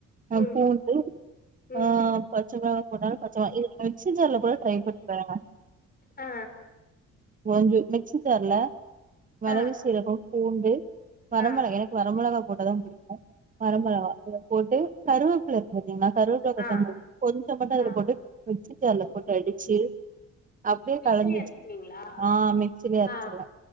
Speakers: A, on the left (about 30°); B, on the right (about 25°).
A: ம்
B: ஆ பூண்டு
A: ம்
B: ஆ பச்ச மெளகு போட்டாலு ப்ரச்சனல்ல இது நீங்க மிக்ஸி ஜார்ல கூட ட்ரை பண்ணி பாருங்க
A: ஆ
B: ஓஞ்சி மிக்சி ஜார்ல மிளகு
A: ஆ
B: சீரகம் பூண்டு வரமெளகா
A: ஆ
B: எனக்கு வரமெளகா போட்டாதா பிடிக்கோ வரமெளகா எல்லா போட்டு கருவேப்பில இருக்கு பாத்தீங்களா கருவேப்பில
A: ஆ
B: கொத்தமல்லி
A: ஆ
B: கொஞ்சமாதா இதுல
A: ஆ
B: போட்டு மிக்ஸி ஜார்ல போட்டு அடிச்சு அப்டியே
A: மிக்சிலயே
B: கலந்து வெச்சிடுவ
A: அரச்சிருவீங்களா
B: ஆ மிக்சிலயே அரச்சிடுவ
A: ஆ